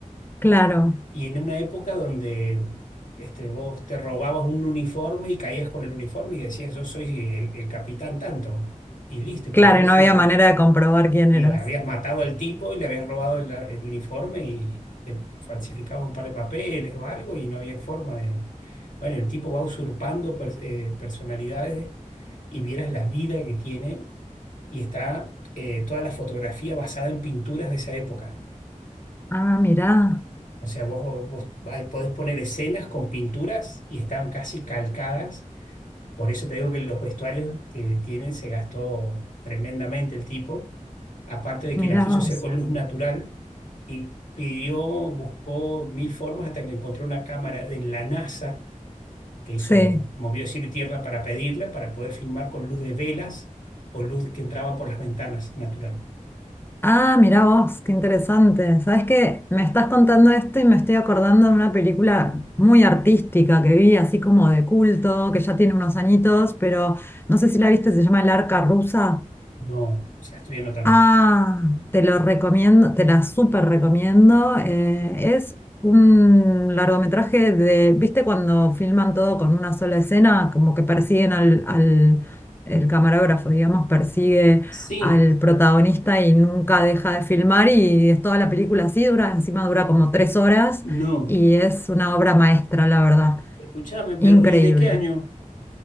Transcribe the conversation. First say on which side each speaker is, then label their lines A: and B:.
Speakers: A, on the left; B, on the left.
A: Claro,
B: Y en una época donde este, vos te robabas un uniforme y caías con el uniforme y decías, yo soy el, el capitán tanto. Y listo, y podías
A: claro,
B: usar
A: y no había manera de comprobar quién
B: y
A: eras.
B: habías matado al tipo y le habías robado el, el uniforme y te falsificabas un par de papeles o algo y no había forma de... Bueno, el tipo va usurpando per- eh, personalidades y vieras la vida que tiene y está eh, toda la fotografía basada en pinturas de esa época.
A: Ah, mirá,
B: O sea, vos, vos ahí podés poner escenas con pinturas y están casi calcadas. Por eso te digo que los vestuarios que tienen se gastó tremendamente el tipo. Aparte de
A: mirá
B: que la quiso
A: vos.
B: hacer con luz natural, y pidió, buscó mil formas hasta que encontró una cámara en la NASA que hizo,
A: Sí.
B: movió cielo y tierra para pedirla, para poder filmar con luz de velas o luz que entraba por las ventanas natural.
A: Ah, mirá vos, qué interesante. Sabes que me estás contando esto y me estoy acordando de una película muy artística que vi, así como de culto, que ya tiene unos añitos, pero no sé si la viste, se llama El Arca Rusa.
B: No, o sea, estoy anotando.
A: Ah, te lo recomiendo, te la súper recomiendo. eh, es un largometraje de, ¿viste cuando filman todo con una sola escena? Como que persiguen al, al- el camarógrafo, digamos, persigue
B: Sí,
A: al protagonista y nunca deja de filmar y es toda la película así, dura, encima dura como tres horas
B: no.
A: y es una obra maestra, la verdad.
B: Escúchame, pero
A: Increíble.
B: ¿y de qué año?